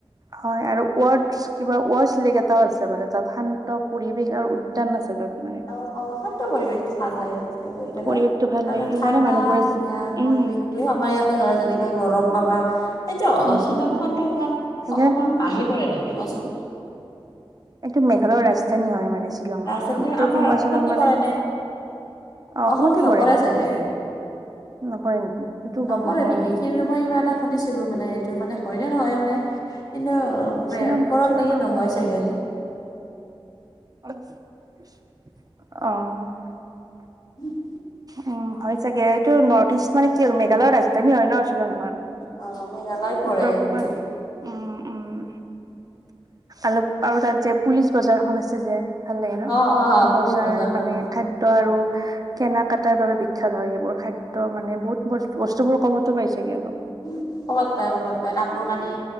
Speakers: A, on the right; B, on the left.
A: হয়, আৰু ৱৰ্ড কিবা ৱৰ্ডছ লে'ক এটাও আছে মানে তাত শান্ত পৰিৱেশ আৰু উদ্যান আছে তাত। মানে
B: অ' অ' শান্ত পৰিৱেশটো ভাল লাগে। গৈ পেলাই
A: পৰিৱেশটো ভাল
B: আৰু
A: লাগে সেইকাৰণে
B: ঠাণ্ডা
A: মানুহবোৰে
B: ধুনীয়া
A: উম
B: পৰিবেশটো আমাৰ ইয়াতে ধৰা যেনেকে গৰম পাবা। সেইটো
A: উম
B: শ্বিলং
A: উম উম
B: খনতো আমাৰ
A: সেইকাৰণে
B: অসমৰ বাহিৰ নেকি কোৱাচোন।
A: এইটো মেঘালয়ৰ ৰাজধানী হয় মানে শ্বিলংখননৰ
B: ৰাজধানী
A: উত্তৰ
B: আমাৰ
A: পূৰ্বাঞ্চলত
B: অসমতে
A: মানে
B: পৰে নে
A: অ' অসমতে
B: অসমত নপৰে
A: পৰে
B: চাগে
A: নপৰে। সেইটো গম
B: নপৰে
A: নাপাওঁ
B: নেকি
A: বাৰু
B: সেইখন মই কিবা এটা শুনিছিলো মানে এইটো মানে হয়নে নহয় মানে কিন্তু ওপৰত
A: শ্বিলং শ্বিলংখন
B: লেকি
A: অসমত
B: নহয়
A: নপৰে
B: চাগে।
A: নেকি? অ'
B: উম।
A: উম, হয় চাগে এইটো নৰ্থ ইষ্ট মানে কি আৰু মেঘালয়ৰ ৰাজধানী হয় ন শ্বিলং।
B: অ মেঘালয়ত পৰে
A: উত্তৰপূৰ্বা
B: সেইটো
A: উম। উম, অলপ আৰু তাত যে পুলিচ বজাৰখন আছে যে ভাল লাগে ন
B: অ অ
A: বজাৰ
B: পুলিচ বজাৰখন
A: মানে খাদ্য আৰু কেনা কটাৰ বাবে বিখ্যাত হয় এইবোৰ খাদ্য মানে বহুত ব বস্তু বোৰ কম তো পাইছেগে অলপ।
B: উম। কমত পায় কমত পায় কাপোৰ কানি